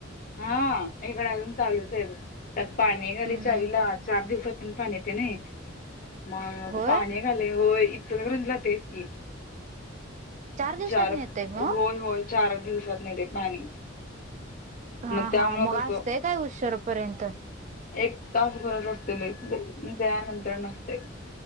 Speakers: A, on the left; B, on the right.
A: हा, इकडं अजून चालूच आहे बघ. त्यात पाणी आलंय,
B: हम्म
A: चावीला चार दिवसांतून पाणी येत नाही. मग
B: होय
A: पाणी एक आलंय होय इचलकरंजीला, तेच की.
B: दिवसातन
A: चार,
B: येतय मग
A: होय होय, चार दिवसात येतं पाणी.
B: हा,
A: त्यामुळं
B: हा, मग
A: कसं
B: असतंय काय, उसरपर्यंत?
A: एक तास भरत असते लाईट, लई, त्या नंतर नसते.